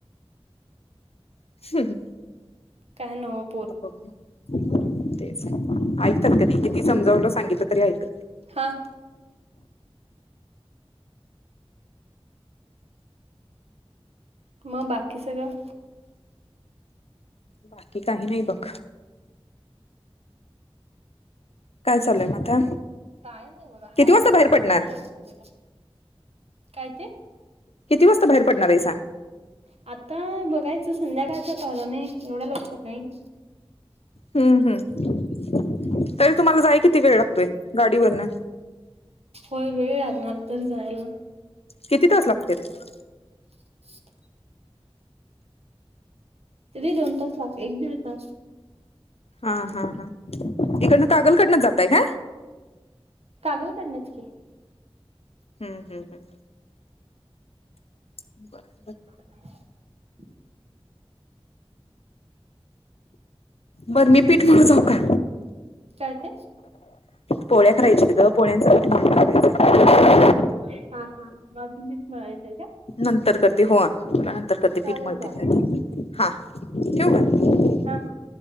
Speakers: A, on the left; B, on the right.
A: <unintelligible>
B: काय नव्हं.
A: आता बघू. तेच ऐक तर कधी किती समजावलं सांगितलं तरी ऐकत नाही.
B: हां. मग बाकी सगळं?
A: बाकी काही नाही बघ. काय चाललंय म आता?
B: काय नाही बघा,
A: किती
B: हाय
A: वाजता
B: तवर
A: बाहेर पडणार
B: फोन लावून <unintelligible> काय ते?
A: किती वाजता बाहेर पडणार आहेसा?
B: आता बघायचं संध्याकाळचं पाहणार नाही, एवढ्या लवकर नाही.
A: हम्म हम्म. तरी तुम्हाला जाय किती वेळ लागतोय? गाडीवरना.
B: होय. वेळ लागणार, तर जायला.
A: किती तास लागत्यात?
B: हम् तरी दोन तास लागतात. एक दीड तास.
A: हा हा हा, इकडनं कागलकडणच जातय काय?
B: कागल कडणंच की.
A: हम्म हम्म हम् बर.
B: हं
A: बर, मी पीठ मळू जाऊ का?
B: काय ते?
A: पोळ्या करायच्या आहेत ग. पोळ्यांचं पीठ मळून ठेवायचंय.
B: हा हा मग अजून पीठ मळायच आहे काय?
A: नंतर कर ते हो, तूला नंतर करते,
B: चालेल
A: पीठ मळते
B: चालेल
A: आता. हा, ठेऊ का?
B: हां हा.